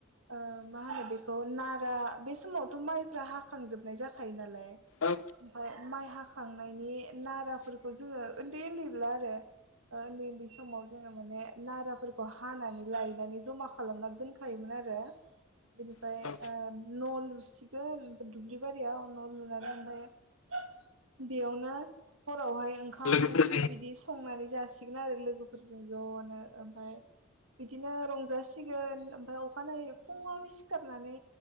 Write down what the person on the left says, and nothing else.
औ
औ
लोगोफोरजों